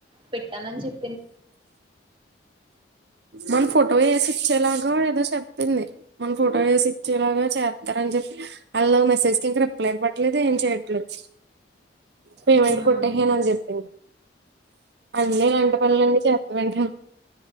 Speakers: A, on the right; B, on the right.
A: పెట్టానని చెప్పి
B: మన ఫోటో యేసి ఇచ్చేలాగా ఏదో చెప్పింది మన ఫోటో యేసి ఇచ్చేలాగా చేత్తారని చెప్పి వాళ్ళు మెసేజ్ కి ఇంకా రిప్లై ఇవ్వట్లేదు ఏం చేయట్లేదు పేమెంట్
A: హ్మ్
B: కొట్టెసాను అన్ని చెప్పింది అన్నీ ఇలాంటి పనులన్ని చేస్తాదంట